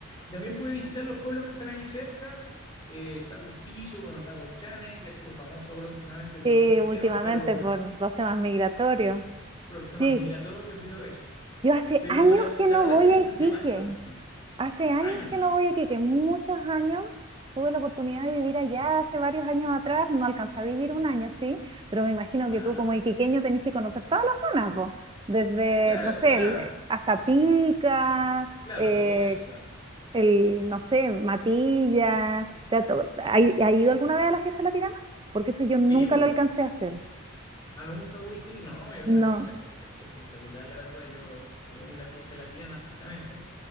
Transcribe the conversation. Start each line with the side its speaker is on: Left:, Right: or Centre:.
Left: También pude visitar los pueblos que están ahí cerca, eh, está Altos Pillos, bueno, está Colchane, que ha sido famoso ahora últimamente por
Right: Sí,
Left: otros
Right: últimamente
Left: temas, pero
Right: por los temas migratorios.
Left: por temas
Right: Sí,
Left: migratorios y todo eso.
Right: yo hace
Left: Pero
Right: años
Left: la,
Right: que
Left: la
Right: no
Left: verdad
Right: voy
Left: es que disfruté
Right: a Iquique.
Left: bastante.
Right: Hace años
Left: Años.
Right: que no voy a Iquique, muchos años. Tuve la oportunidad de vivir allá hace varios años atrás. No alcancé a vivir un año, sí, pero me imagino
Left: Ah,
Right: que tú como iquiqueño tenés que conocer todas las zonas, vos. Desde,
Left: claro,
Right: no sé,
Left: o sea,
Right: el- eh, hasta Pica
Left: claro,
Right: eh,
Left: todo eso, claro.
Right: el, no sé, Matilla. ¿Te ha, to- ha i- ha ido alguna vez a la fiesta de la Tirana? Porque eso yo nunca
Left: Sí, pues.
Right: lo alcancé a hacer.
Left: Ah, no, nunca fuiste, no, es una
Right: No.
Left: cosa espect- espectacular, la verdad. Yo estuve en la fiesta latina justamente.